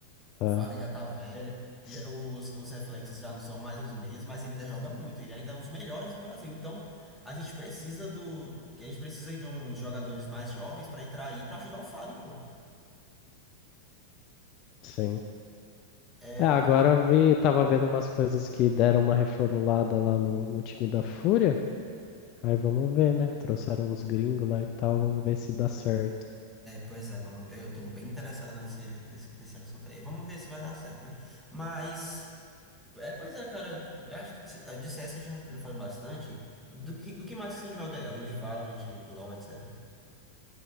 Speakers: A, on the left (about 40°); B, in the centre.
A: Tá.
B: O Fallen já tá velho. já-
A: S-
B: os, os reflexos já não são mais os mesmos. Mas ele ainda joga muito. Ele ainda é um dos melhores do Brasil. Então a gente precisa do. A gente precisa de uns jogadores mais jovens pra entrar aí pra ajudar o Fallen, pô.
A: Sim.
B: É,
A: É, agora
B: pois
A: eu vi, tava vendo umas coisas que deram uma reformulada lá no, no time da Fúria. Aí vamos ver, né? Trouxeram uns gringos lá e tal, vamos ver se dá certo.
B: Pois é, vamos ver. Eu tô bem interessado nesse, nesse, nesse assunto aí. Vamos ver se vai dar certo, né? Mas, é, pois é, cara. Acho que de a de CS eu já, já falei bastante. Do que, do que mais que você joga aí, além de Valorant e LoL, etc.